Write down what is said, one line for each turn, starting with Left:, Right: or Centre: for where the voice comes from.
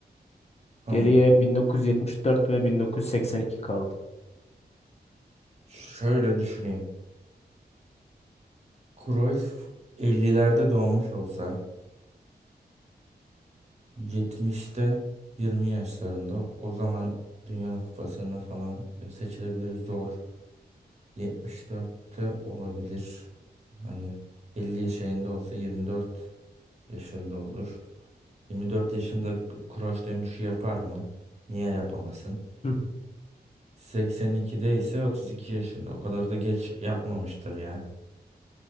Right: Tamam.
Left: Geriye 1974 ve 1982 kaldı.
Right: Şöyle düşüneyim. Cruyff 50'lerde doğmuş olsa 70'te 20 yaşlarında o zaman Dünya Kupası'na falan seçilebilir zor. 74'te olabilir. Hani 50 şeyinde olsa 24 yaşında olur. 24 yaşında cross dönüşü yapar mı? Niye yapamasın?
Left: Hı hı.
Right: 82'de ise 32 yaşında. O kadar da geç yapmamıştır ya.